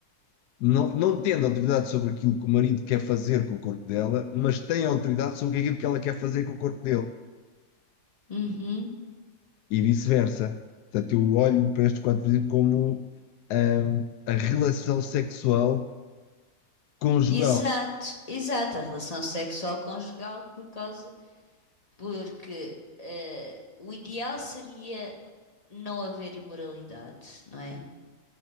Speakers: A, on the left (about 85°); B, on the left (about 25°).
A: não, não tendo autoridade sobre aquilo que o marido quer fazer com o corpo dela, mas tem autoridade sobre aquilo que ela quer fazer com o corpo dele,
B: uhum.
A: e vice-versa. Portanto, eu olho para estes quatro princípios como hum, a relação sexual conjugal,
B: Exato, exato, a relação sexual conjugal por causa Porque eh, o ideal seria não haver imoralidade, não é?